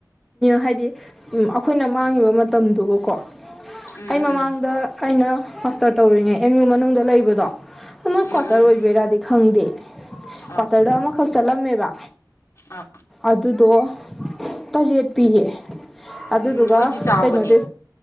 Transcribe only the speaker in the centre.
ꯍꯥꯏꯗꯤ ꯑꯩꯈꯣꯏꯅ ꯃꯥꯡꯉꯤꯕ ꯃꯇꯝꯗꯨꯒꯀꯣ
ꯑꯩ
ꯃꯃꯥꯡꯗ ꯑꯩꯅ ꯃꯥꯁꯇꯔ ꯇꯧꯔꯤꯉꯩ ꯑꯦꯝ ꯌꯨ ꯃꯅꯨꯡꯗ ꯂꯩꯕꯗꯣ ꯑꯗꯨ ꯅꯣꯏ
ꯀ꯭ꯋꯥꯇꯔ
ꯑꯣꯏꯕꯩꯔꯗꯤ ꯈꯪꯗꯦ꯫
ꯀ꯭ꯋꯥꯇꯔꯗ ꯑꯃꯈꯛ ꯆꯠꯂꯝꯃꯦꯕ
ꯑꯗꯨꯗꯣ ꯇꯔꯦꯠ ꯄꯤꯌꯦ ꯑꯗꯨꯗꯨꯒ
ꯀꯩꯅꯣꯗꯤ